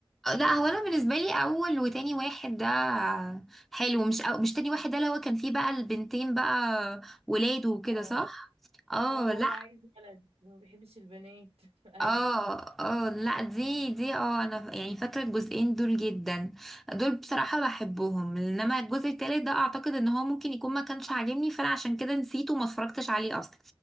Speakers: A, in the centre; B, on the right.
A: لا هو انا بالنسبه لي اول وتاني واحد ده حلو مش أو مش تاني واحد ده اللي هو كان فيه بقى البنتين بقى ولاد وكده
B: اه
A: صح اه
B: اه وهو
A: لا
B: عايز ولد وما بيحبش البنات <laughs> ايوه
A: اه اه لا دي دي اه انا ف- يعني فاكره الجزئين دول جدا دول بصراحه بحبهم انما الجزء التالت ده اعتقد ان هو ممكن يكون ما كانش عاجبني فانا عشان كده نسيته وما اتفرجتش عليه اصلا